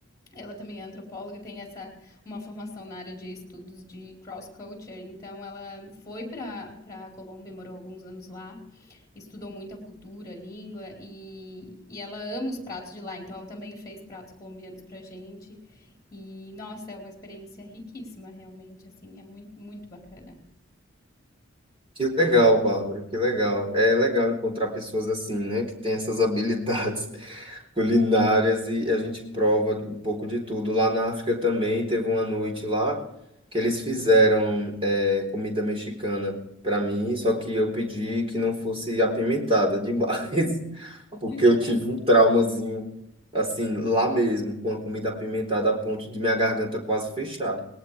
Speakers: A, on the left; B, on the right.
A: ela também é antropóloga, tem essa uma formação na área de estudos de cross culture, então ela foi para para a Colômbia, morou alguns anos lá estudou muito a cultura, a língua e, e ela ama os pratos de lá, então ela também fez pratos colombianos pra gente. E nossa, é uma experiência riquíssima, realmente, assim, é muito, muito bacana.
B: Que legal, Bárbara, que legal. É legal encontrar pessoas assim, né, que têm essas habilidades <laughs> culinárias e a gente prova um pouco de tudo. Lá na África também teve uma noite lá que eles fizeram é, comida mexicana para mim, só que eu pedi que não fosse apimentada demais, <laughs> porque
A: <laughs>
B: eu tive um traumazinho assim lá mesmo com a comida apimentada a ponto de minha garganta quase fechar.